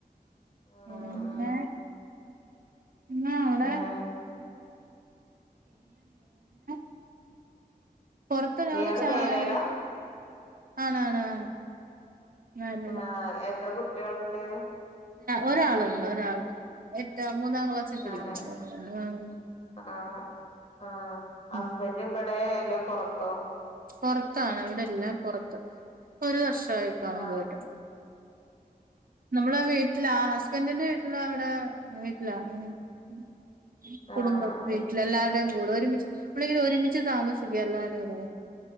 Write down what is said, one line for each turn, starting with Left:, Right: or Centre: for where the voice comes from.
Left: ആഹ്
Right: പിന്നെ
Left: ആഹ് ആഹ്
Right: ന്ന അവടെ
Left: ആഹ് അങ്ങനെ
Right: <unintelligible> പൊറത്തനാവും
Left: ഇയാള്
Right: ചായയും
Left: മേരേടാ
Right: ആണാണ് ആണ് ആണാണ്
Left: ആഹ് എത്ര കുട്ടികൾണ്ട്
Right: ഒരാളുണ്ട് ഒരാള് എറ്റ മൂന്നാം ക്ലാസിൽ പഠിക്കുന്ന
Left: ആഹ്
Right: ഒരാള <unintelligible>
Left: ആഹ് ആഹ്
Right: ഉം
Left: ഹസ്ബന്റ് ഇബടെ എല്ലേ പൊറത്തോ
Right: പൊറത്താണ് ഇവിടെ ഇല്ല പൊറത്ത് ഒരു വർഷ ആയിക്കാണും
Left: ആഹ്
Right: പോയിട്ട് നമ്മളെ വീട്ടില ആഹ് ഹസ്ബന്റിന്റെ വീട്ടില അവിടെ വീട്ടിലാ ഉം ഉം കുടുംബത്ത്
Left: ആഹ്
Right: വീട്ടില് എല്ലാവരുടെേയും കൂടെ ഒരുമിച്ച് എപ്പളെങ്കിലും ഒരുമിച്ച് താമസിക്ക എല്ലാരും കൂടെ